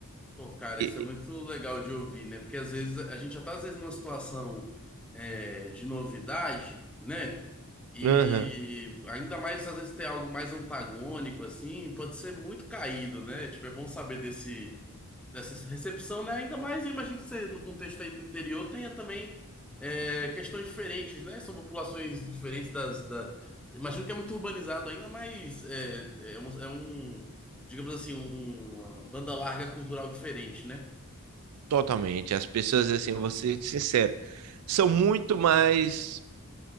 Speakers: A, in the centre; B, on the right.
A: Pô, cara,
B: E-
A: isso é muito legal de ouvir, né? Porque às vezes a gente já tá às vezes numa situação é, de novidade, né? E
B: aham,
A: ainda mais às vezes ter algo mais antagônico, assim, pode ser muito caído, né? Tipo, é bom saber desse dessa recepção, né? Ainda mais, eu imagino que você, no contexto aí do interior, tenha também é, questões diferentes, né? São populações diferentes das, da... Imagino que é muito urbanizado ainda, mas é, é, um, é um, digamos assim, um- uma banda larga cultural diferente, né?
B: totalmente. As pessoas, assim, eu vou ser sincero, são muito mais,